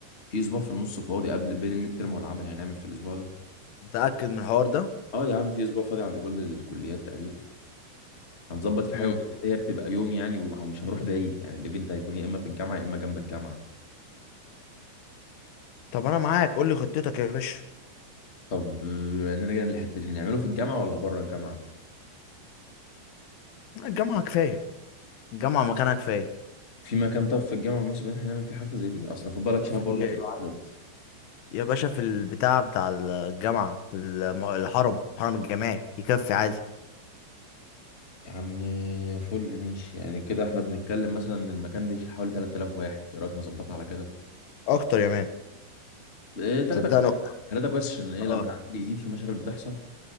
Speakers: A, on the left; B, on the left.
A: في اسبوع في النص فاضي قبل بين الميد ترم والعمل يعني هنعمل في الاسبوع ده
B: متأكد من الحوار ده
A: اه يا عم في اسبوع فاضي عند كل الكليات تقريبا هنظبط في حاجه
B: امم
A: وكده هي بتبقى يوم يعني ومش هنروح بعيد يعني الايفنت هيكون يا اما في الجامعه يا اما جنب الجامعه
B: طب انا معاك قول لي خطتك يا باشا
A: طب آه، نرجع للحته دي نعمله في الجامعه ولا بره الجامعه
B: الجامعة كفاية الجامعة مكانها كفاية
A: في مكان طب في الجامعه مناسب ان احنا نعمل فيه حفله زي دي اصل خد بالك شهر
B: في
A: برضه
B: ال-
A: هيجي له عدد،
B: يا باشا في البتاع بتاع الجامعة في الم- الحرم الحرم الجامعي يكفي عادي
A: يا عم فل ماشي يعني كده احنا بنتكلم مثلا ان المكان ده يشيل حوالي 3000 واحد ايه رايك نظبطها على كده
B: اكتر يا مان
A: ايه 3
B: صدقني
A: كويس
B: اكتر
A: 3 كويس عشان ايه
B: اه
A: لما العدد بيزيد في مشاكل بتحصل